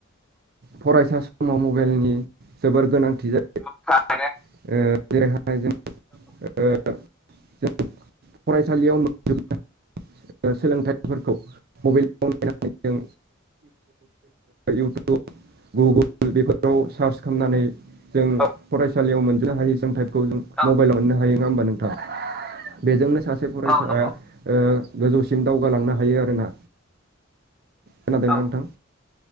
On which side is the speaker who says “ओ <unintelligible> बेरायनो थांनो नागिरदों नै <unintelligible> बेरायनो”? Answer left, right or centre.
Right